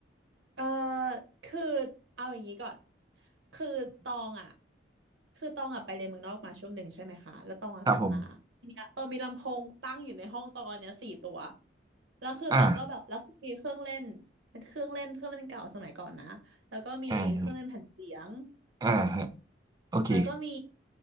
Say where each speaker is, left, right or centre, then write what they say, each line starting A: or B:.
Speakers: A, on the right; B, on the right.
A: เออคือเอาอย่างนี้ก่อนคือตองอ่ะคือตองอ่ะไปเรียนเมืองนอกมาช่วงหนึ่งใช่ไหมคะแล้วตองอ่ะกลับมาทีเนี้ยตองมีลำโพงตั้งอยู่ในห้องตองเนี้ยสี่ตัว
B: ครับผม
A: แล้วคือตองก็แบบแล้วคือมีเครื่องเล่น
B: อ่า
A: เครื่องเล่นเครื่องเล่นเก่าสมัยก่อนนะแล้วก็มีเครื่องเล่นแผ่นเสียง
B: อ่าฮะอ่าฮะโอเค
A: แล้วก็มี